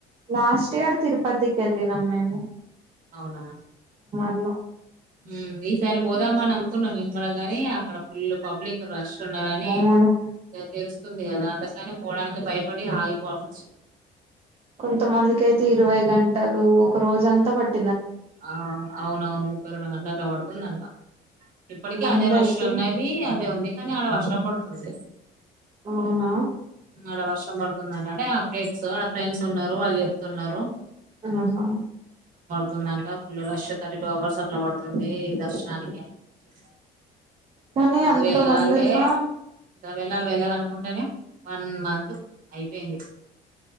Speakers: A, on the right; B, on the right.
A: లాస్ట్ ఇయర్ తిరుపతికి వెళ్ళినం మేము
B: అవునా
A: ల
B: హు ఈసారి పోదాము అని అనుకున్నాం మేము కూడా గాని అక్కడ ఫుల్ పబ్లిక్ రష్ ఉన్నారని
A: అవును
B: ఇగ తెలుస్తుంది కదా కచ్చితంగా పోవడానికి అంటే భయపడి ఆగిపోవాల్సి వచ్చింది
A: కొంతమందికి అయితే ఇరవై గంటలు ఒక రోజ అంతా పట్
B: ఆ అవునవును ముపై రెండు గంటలు అట్లా పడుతుందంట ఇప్పటికీ
A: మంది
B: అదే రష్
A: అయితే
B: ఉన్నది అదే ఉంది కానీ ఆడ వర్షం పడుతుంది
A: అవునా
B: ఆడ వర్షం పడుతుందంట అంటే అప్డేట్స్ ఆడ ఫ్రెండ్స్ ఉన్నారు వాళ్ళు చెప్తున్నారు
A: ఆహా
B: తుందంట full rush thirty two hours అట్లా పడుతుంది దర్శనానికి అని చెప్ప
A: కానీ
B: అది
A: అంత
B: <inaudible> ఇగ
A: మంది ఉన్నా
B: వెళ్ళాలి వెళ్ళాలి అనుకుంటేనే వన్ మంత్ అయిపోయింది